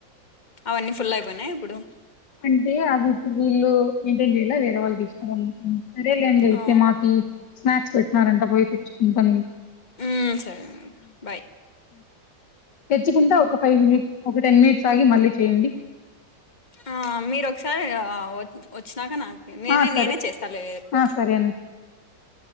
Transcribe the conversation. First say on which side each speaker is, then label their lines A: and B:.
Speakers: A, on the left (about 25°); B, on the left (about 65°).
A: అవన్నీ ఫుల్ అయిపోయినాయి ఇప్పుడు
B: అంటే అవి ఇప్పుడు వీళ్ళు మెయింటైన్ చేయాల వేరే వాళ్ళకి ఇచ్చినారు అందుకు సరేలే అండి అయితే
A: ఆ
B: మాకి స్నాక్స్ పెట్టినారంట పోయి తెచ్చుకుంటాను ఇంకా
A: మ్ సరే బై్
B: తెచ్చుకుంటా ఒక ఫైవ్ మినిట్ ఒక టెన్ మినిట్స్ ఆగి మళ్ళీ చేయండి
A: ఆ మీరు ఒకసారి వచ్చినాక నాకు నేనే
B: ఆ సరే
A: నేనే చేస్తాలే లేకపోతే
B: ఆ సరే